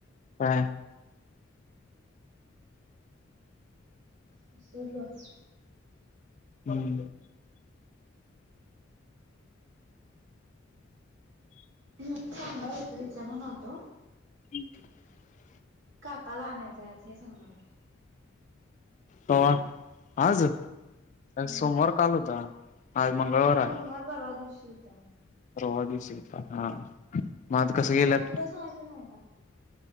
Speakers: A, on the left; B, on the right.
A: हा
B: विसरलोच.
A: हम्
B: ह सांगणार होतो विचारणार नव्हतो.
A: <inaudible>
B: काकाला आणायचंय आज हे सांगणार होतो.
A: कव्हा? आज,
B: हम्म
A: सोमवार काल होता. आज मंगळवार आहे
B: सोमवार परवा दिवशी <unintelligible>
A: परवा दिवसी होता. मग आज कसं गेल्यात
B: काल तुला सांगितला ना